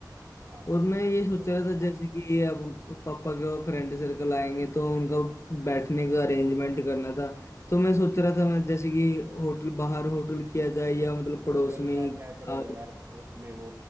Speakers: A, on the right (about 40°); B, on the left (about 40°).
A: हाँ हाँ
B: और मैं ये सोच
A: और
B: रहा था जैसे कि ये अब पापा के फ्रेंड सर्कल आएंगे तो उनका बैठने का अरेंजमेंट करना था तो मैं सोच रहा था मैं जैसे कि होटल बाहर होटल किया जाए या मतलब
A: होटल
B: पड़ोस में
A: का
B: ही
A: क्या करेगा
B: आ,
A: यार पड़ोस में वो